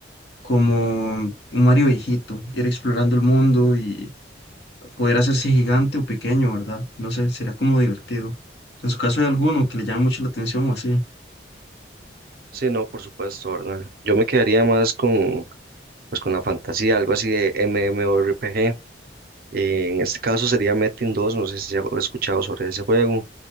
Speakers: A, on the left; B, on the right.
A: Como un Mario viejito, ir explorando el mundo y poder hacerse gigante o pequeño, ¿verdad? No sé, sería como divertido. En su caso, ¿hay alguno que le llame mucho la atención o así?
B: Sí, no, por supuesto, ¿verdad? Yo me quedaría más con, pues, con la fantasía, algo así de MMORPG. Eh, en este caso sería Metin 2, no sé si ya he escuchado sobre ese juego.